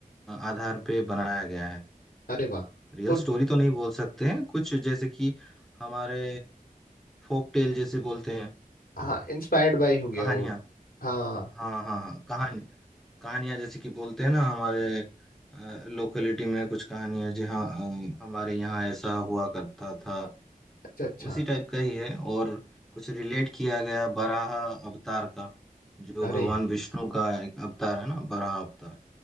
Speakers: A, in the centre; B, on the left.
A: आधार पे बनाया गया है
B: अरे वाह
A: रियल
B: तो
A: स्टोरी तो नहीं बोल सकते हैं कुछ जैसे कि हमारे फोक टेल जैसे बोलते हैं
B: हाँ इंस्पायर्ड बाय हो गया
A: कहानियाँ
B: वो हाँ
A: हाँ हाँ हाँ कहानी कहानियां जैसे कि बोलते हैं ना हमारे लोकेलिटी में कुछ कहानियां जी हाँ अ, हमारे यहाँ ऐसा हुआ करता था
B: अच्छा अच्छा
A: उसी टाइप का ही है और कुछ रिलेट किया गया बराह अवतार का जो
B: अरे
A: भगवान विष्णु का एक अवतार है ना बराह अवतार